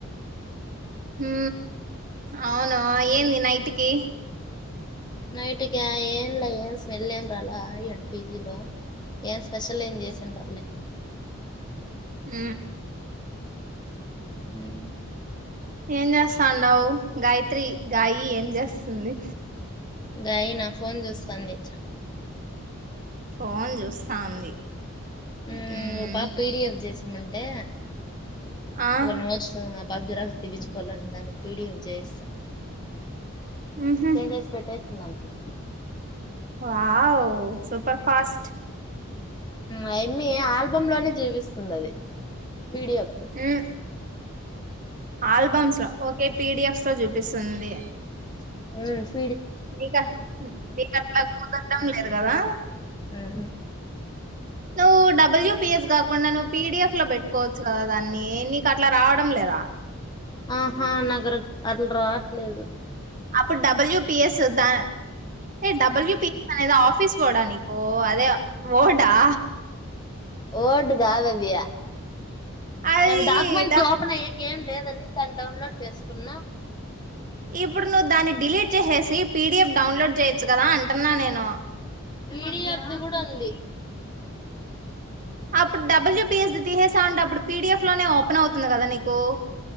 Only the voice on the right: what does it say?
హ అవును ఏన్ న నాయి ంటికి
ఆ
ఏం చేస్తుందవ్ గాయి త్రి గాయి ఏం చేస్తుంది
ఫోన్ చూస్తా ఉంది
హ్మ్
ఆ
ఉహు
వావ్ సూపర్ ఫాస్ట్
మ్మ్ ఆల్బమ్స్ లో ఓకే పిడిఎఫ్ సో చూపిస్తుంది
మీకా మీకట్ల కుదరడం లేదు కదా
నువ్ డబ్ల్యూ పి ఎస్ కాకుండా ను పిడిఎఫ్ లో పెట్టుకోవచ్చు కదా దాన్ని నీకు అట్లా రావడం లేదా
అప్పుడు డబల్యూపిఎస్ ద ఏ డబల్యూ పి అనేది ఆఫీస్ వర్డ్అని ఓ అదే ఓర్డ్ హా
అది
డబ్
ఇప్పుడు నువ్వు దాన్ని డిలీట్ చేసేసి పిడిఎఫ్ డౌన్లోడ్ చేయొచ్చు కదా అంటున్నా నేను
అప్పుడు డబల్యూపిఎస్ ది తీసేస్తా అప్పుడు పిడిఎఫ్ లోనే ఓపెన్ అవుతుంది కదా నీకు